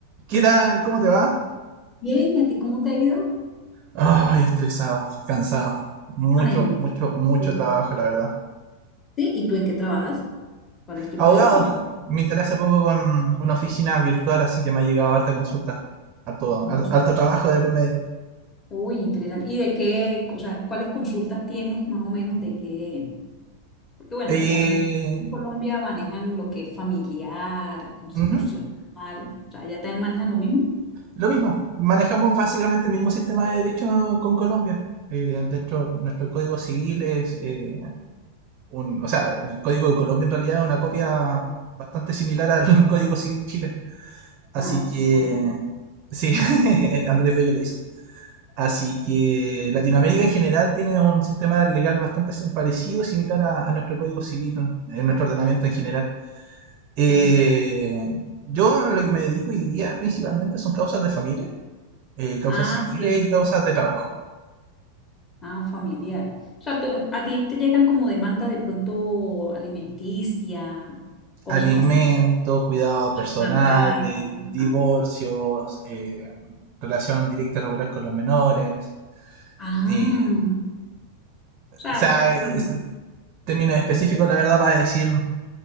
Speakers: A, on the right; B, on the left.
A: ¿Qué tal? ¿Cómo te va?
B: Bien, ¿y a ti cómo te ha ido?
A: Ay,
B: Bien.
A: estresado, cansado. Mucho,
B: Ay, no.
A: mucho, mucho
B: Ok.
A: trabajo,
B: ¿Sí?
A: la verdad.
B: ¿Y tú en qué trabajas? ¿Cuál es tu
A: Abogado,
B: profesión?
A: me enteré hace poco con una oficina virtual, así que me ha llegado harta consulta. Harto,
B: Ups.
A: har- harto trabajo de por medio.
B: Uy, interesante. ¿Y de qué, o sea, cuáles consultas tienes más o menos de qué? Porque bueno,
A: Eh,
B: te comento, en Colombia manejan lo que es familiar, constitucional,
A: ujú,
B: o sea, ¿ya también manejan lo mismo?
A: Lo mismo, manejamos básicamente el mismo sistema de derecho con Colombia. Eh, de hecho, nuestro código civil es eh, un... O sea, el código de Colombia en realidad es una copia bastante similar al <laughs> código civil Chile. Así
B: Ah,
A: que,
B: ok.
A: sí, <laughs> Andrés Bello lo hizo. Así que Latinoamérica en general tiene un sistema legal bastante sim- parecido, similar a, a nuestro código civil, en nuestro ordenamiento en general. Eh,
B: Sí.
A: yo a lo que me dedico hoy día principalmente son causas de familia, eh, causas
B: Ah,
A: civiles
B: sí.
A: y causas de trabajo.
B: Ah, familiar. O sea, tú- a ti te llegan como demanda de pronto alimenticia, cosas
A: Alimento,
B: así,
A: cuidado personal,
B: maltrato.
A: eh, divorcios,
B: Ah,
A: eh, relación directa y regular con los menores.
B: Ah,
A: eh,
B: o sea,
A: o sea,
B: acá,
A: es-
B: bueno,
A: términos específicos, la verdad, para decir